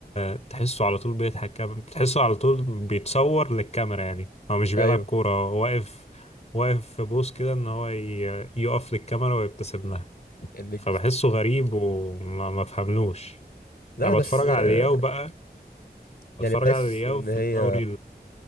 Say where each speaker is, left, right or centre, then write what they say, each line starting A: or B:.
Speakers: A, on the left (about 40°); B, on the left (about 65°).
A: تحسه على طول بيضحك كم- تحسه على طول بيتصور للكاميرا يعني هو مش بيلعب
B: ايوه
A: كوره هو واقف واقف في بوز كده ان هو ي- يقف للكاميرا ويبتسم لها
B: النجم
A: فبحسه غريب وما ما بفهملوش
B: لا
A: انا
B: بس
A: بتفرج
B: آه،
A: على الياو بقى بتفرج
B: يعني بحس
A: على الياو
B: ان
A: في
B: هي
A: الدوري